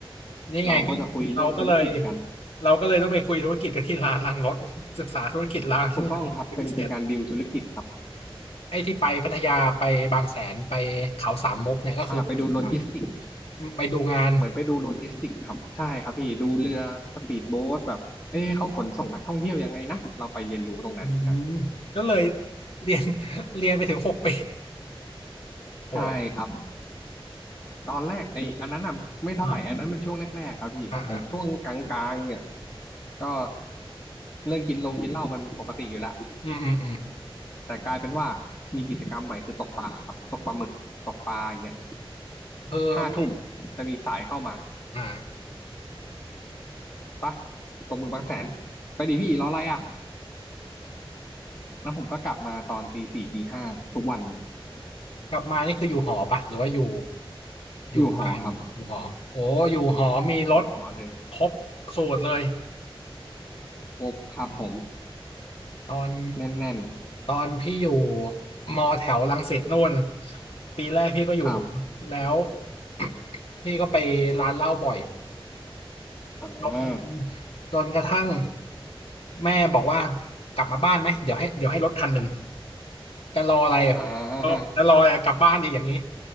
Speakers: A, on the left; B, on the left.
A: นี่ไงก็เราก็เลย
B: เราก็จะคุยเรื่องธุรกิจกัน
A: เราก็เลยต้องไปคุยธุรกิจกับที่ร้านล้างรถ <laughs> ศึกษาธุรกิจร้าน
B: ถูกต้องครับเป็นเป็นการดีลธุรกิจครับ
A: <laughs> เป็นพิเศษไอ้ที่ไปพัทยาไปบางแสนไปเขาสามมุกเนี่ยก็คือไปศึกษา
B: อ่าไปดูโลจิสติก
A: ไปดูงาน
B: เหมือนไปดูโลจิสติกครับใช่ครับพี่ดูเรือสปีดโบ๊ทแบบเอ๊ะเขาขนส่งนักท่องเที่ยวยังไงนะเราไปเรียนรู้ตรงนั้นฮะ
A: อืมก็เลยเรียนเรียนไปถึงหกปีโอ้
B: ใช่ครับ ตอนแรกไอ้อันนั้นน่ะไม่เท่าไหร่อันนั้นมันช่วงแรกๆครับพี่แต่ช่วงกลางๆเนี่ย
A: อ่าอ่าอ่า
B: ก็เรื่องกินลงกินเหล้ามันปกติอยู่แล้ว
A: อืมอืมอืม
B: แต่กลายเป็นว่ามีกิจกรรมใหม่คือตกปลาครับตกปลาหมึกตกปลาอย่างเงี้ย
A: เออไม่
B: ห้าทุ่มจะมีสายเข้ามา
A: อ่า
B: ปะตกหมึกบางแสนไปดิพี่รออะไรอ่ะแล้วผมก็กลับมาตอนตีสี่ตีห้าทุกวันครับ
A: กลับมานี่คืออยู่หอปะหรือว่าอยู่อยู่บ้านอยู่หอโอ้อยู่หอมีรถ
B: อยู่หอครับหอเลย
A: ครบสูตรเลย
B: ครบครับผม
A: ตอน
B: แน่น
A: ตอนพี่อยู่มอแถวรังสิตนู่นปีแรกพี่ก็อยู่หอแล้ว
B: ๆครับ
A: <coughs> พี่ก็ไปร้านเหล้าบ่อย
B: อ่า
A: จนจนกระทั่งแม่บอกว่ากลับมาบ้านไหมเดี๋ยวให้เดี๋ยวให้รถคันหนึ่ง จะรออะไร
B: อ่า
A: ก็จะรออะไรกลับบ้านดีอย่างนี้